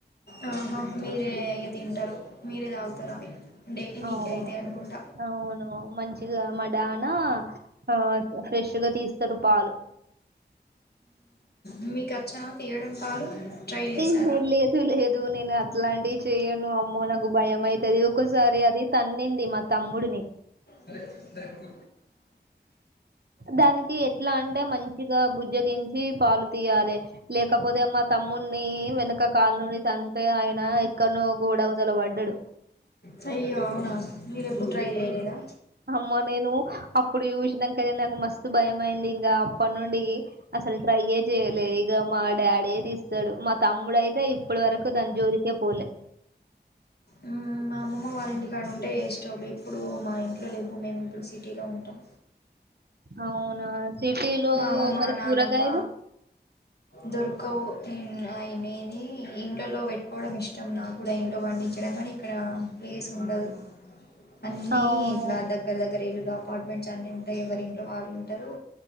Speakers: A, on the left; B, on the right.
A: ఆహా మీరే ఇగ తింటరు, మీరే తాగుతరు అవి. డైలీ మీకే
B: అవును.
A: ఐతై అనుకుంట
B: అవును. మంచిగా మడానా ఆ ఫ్రెష్గా తీస్తరు పాలు.
A: ఉమ్ మీకచ్చా తీయడం పాలు? ట్రై చేశారా
B: ఏ లేదు లేదు నేను అట్ అట్లాంటివి చేయ్యను అమ్మో నాకు భయం అవుతుది ఒకసారి అది తన్నింది మా తమ్ముడిని
A: అదే థ్యాంక్
B: దానికి ఎట్లా అంటే మంచిగా బుజ్జగించి పాలు తీయాలి లేకపోతే మా తమ్ము నున్ని వెనకకాల నుండి తంతే ఆయన ఎక్కడనో గూడవతల పడ్డాడు
A: సయ్య అవునా మీర ఎప్పుడు ట్రై చేయలేదా
B: అమ్మ నేను అప్పుడు చూసాంకద నాకు మస్తు భయం అయింది ఇంకా అప్పటి నుండి అసలు ట్రైయ చేయ్యలే ఇ మా డాడీ తీస్తాడు మా తమ్ముడుయితే ఇప్పుడు వరకు దంజూరికే పోలే
A: ఉమ్ మా అమ్మ ఇంటికాడ ఉంటే ఏస్టోలు ఇప్పుడు మా ఇంట్లో లేవ్వు, మేము ఇప్పుడు సిటీలో ఉంటాం.
B: అవునా సిటీలో
A: మామమ్మ
B: మరి
A: నానమ్మ
B: కూరగాయలు
A: దొర్కవన్ ఐ నేనేది ఇంట్లో పెట్టుకోవడం ఇష్టం నాకు కూడా ఇంట్లో పండించడం కానీ ఇక్కడ ప్లేస్ ఉండదు అన్నిీ
B: అవును
A: ఇట్లా దగ్గర దగ్గర ఇల్లు కా అపార్ట్మెంట్స్ అన్నిీ ఉంటాయి ఎవరి ఇంట్లో వాళ్ళు ఉంటారు